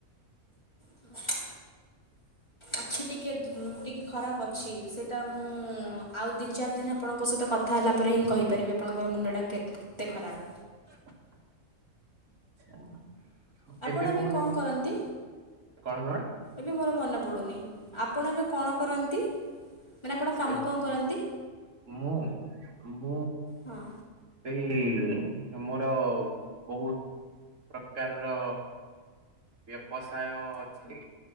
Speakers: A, on the left; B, on the right.
A: <unintelligible> ଅଛି ଟିକେ ଟିକେ ଖରାପ୍ ଅଛି ସେଇଟା ମୁଁ ଆଉ ଦି ଚାରି ଦିନ୍ ଆପଣଙ୍କ ସହିତ କ କଥା ହେଲା ପରେ ହିଁ କହିପାରିବି ଆପଣଙ୍କର ମୁଣ୍ଡଟା କେତେ ଖରାପ୍।
B: <unintelligible>
A: ଆପଣ
B: ଏବେ କହୁନାହାନ୍ତି
A: କଣ କରନ୍ତି
B: କଣ କଣ୍?
A: ଏବେ ମୋର ମନେ ପଡୁନି ଆପଣ ଏବେ କଣ କରନ୍ତି? ମାନେ ଆପଣ କାମ
B: ଏ
A: କଣ କରନ୍ତି
B: ମୁଁ ମୁଁ
A: ହଁ
B: ସେଇ ମୋର ବହୁ ପ୍ରକାର୍ ର ବ୍ୟବସାୟ ଅଛି